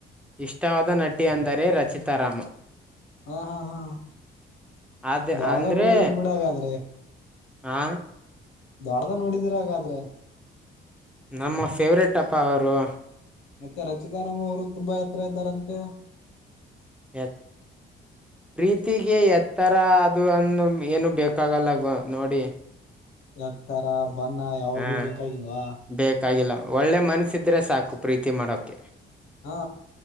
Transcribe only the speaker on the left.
ಹಾ ಹಾ ಹಾ
ದ್ವಾಡದ್
ನೋಡಿದ್ರ ಬಿಡ ಹಾಗಾದ್ರೆ
ದ್ವಾಡದ ನೋಡಿದಿರ ಹಾಗಾದ್ರೆ
ಮತ್ತೆ ರಚಿತಾರಾಮ್ ಅವರು ತುಂಬಾ ಎತ್ರಾ ಇದ್ದಾರಂತೆ
ಎತ್ತರ ಬನ್ನ ಯಾವದು
ಬೇಕಾಗಿಲ್ವಾ
ಹಾ